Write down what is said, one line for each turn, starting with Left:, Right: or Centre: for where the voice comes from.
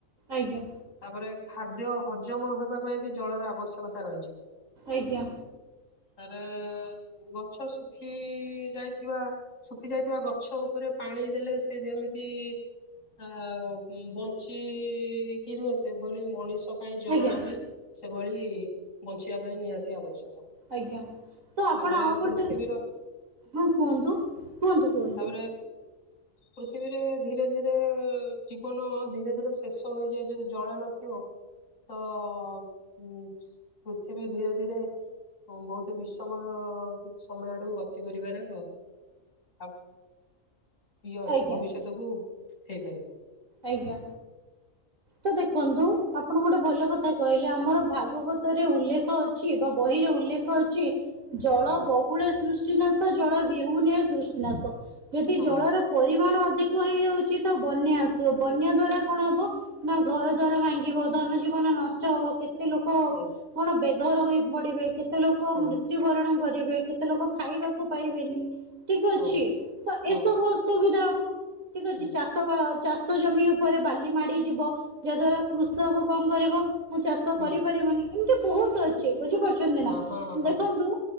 Right: ଆଜ୍ଞା
Left: ତାପରେ ଖାଦ୍ୟ ହଜମ ହେବା ପାଇଁ ବି ଜଳର ଆବଶ୍ୟକତା ରହିଚି।
Right: ଆଜ୍ଞା।
Left: ତାରେ ଗଛ ଶୁଖି ଯାଇଥିବା ଶୁଖି ଯାଇଥିବା ଗଛ ଉପରେ ପାଣି ଦେଲେ ସେ ଯେମିତି ଆଉ ବଞ୍ଚିି କି ରୁହେ। ସେଭଳି ମଣିଷ ପାଇଁ ଜଳ
Right: ଆଜ୍ଞା
Left: ବି ସେଭଳି ବଞ୍ଚିବା ପାଇଁ ନିହାତି ଆବଶ୍ୟକ।
Right: ଆଜ୍ଞା ତ ଆପଣ
Left: ତାପରେ
Right: ଆଉ ଗୋଟେ,
Left: ପୃଥିବୀର
Right: ହଁ କୁହନ୍ତୁ କୁହନ୍ତୁ କୁହନ୍ତୁ।
Left: ତାପରେ ପୃଥିବୀରେ ଧୀରେ ଧୀରେ ଜୀବନ ଧୀରେ ଧୀରେ ଶେଷ ହେଇଯାଏ। ଯଦି ଜଳ ନଥିବ ତ ଉ ପୃଥିବୀ ଧୀରେ ଧୀରେ ବହୁତ ବିଷମର ସମୟ ଆଡକୁ ଗତି କରିବାର ଆ ଇଏ ଅଛି
Right: ଆଜ୍ଞା
Left: ଭବିଷ୍ୟତକୁ ହେଇପାରେ।
Right: ଆଜ୍ଞା। ତ ଦେଖନ୍ତୁ ଆପଣ ଗୋଟେ ଭଲ କଥା କହିଲେ ଆମର ଭାଗବତରେ ଉଲ୍ଲେଖ ଅ ଛି ବା ବହିରେ ଉଲ୍ଲେଖ ଅଛି। ଜଳ
Left: ହୁଁ
Right: ବହୁଳ ସୃଷ୍ଟିନାଶ ଜଳ ବିହୁନେ ସୃଷ୍ଟିନାଶ। ଏଠି
Left: ହଁ
Right: ଜଳର ପରିମାଣ ଅଧିକ ହେଇଯାଉଛି ତ ବନ୍ୟା ଆସୁ <unintelligible> ବନ୍ୟା ଦ୍ଵାରା କଣ ହବ ନା ଘର ଦ୍ଵାରା ଭାଙ୍ଗିବ। ଧନ ଯିବ୍ ଜୀବନ ନଷ୍ଟ ହବ କେତେ ଲୋକ
Left: ହଁ
Right: କଣ ବେଘର ହୋଇ ପଡିବେ। କେତେ ଲୋକ
Left: ହଁ
Right: ମୃ ତ୍ୟୁବରଣ କରିବେ କେତେ ଲୋକ ଖାଇବାକୁ ପାଇବେନି ଠିକ
Left: ହଁ
Right: ଅଛି। ତ
Left: ହଁ
Right: ଏସବୁ ସୁବିଧା ହବ ଠିକ ଅଛି
Left: ହୁଁ
Right: ଚାଷ ବା ଚାଷ ଜମି ଉପରେ ବାଲି ମାଡି ଯିବ, ଯାଦ୍ଵାରା କୃଷକ କଣ କରିବ ମୁଁ ଚାଷ
Left: ହୁଁ
Right: କରିପାରିବନି। ଏମିତି ବହୁତ ଅଛି ବୁଝିପାରୁଚନ୍ତି
Left: ହଁ
Right: ନା।
Left: ହଁ ହଁ ହଁ
Right: ଦେଖନ୍ତୁ